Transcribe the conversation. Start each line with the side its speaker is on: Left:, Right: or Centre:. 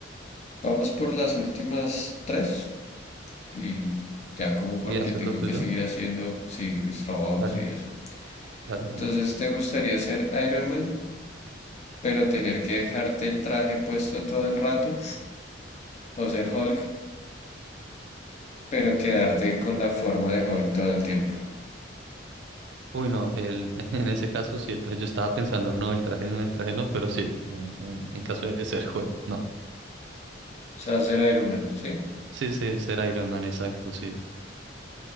Left: Vamos por las últimas tres. Y ya como porque
Right: ¿Y haces
Left: tengo
Right: lo tuyo?
Left: que seguir haciendo, sí, mis trabajos
Right: Dale,
Left: y eso.
Right: dale, de
Left: Entonces,
Right: una.
Left: ¿te gustaría ser Iron Man? pero tener que dejarte el traje puesto todo el rato, <laughs> o ser Hulk, pero quedarte con la forma de Hulk todo el tiempo.
Right: Uy, no, el, <laughs> en ese caso sí, el traje, yo estaba pensando, no, el traje no, el traje no, pero sí, en, en- en caso de ser Hulk, no.
Left: O sea, ser Iron Man, ¿sí?
Right: Sí, sí, ser Iron Man, exacto, sí.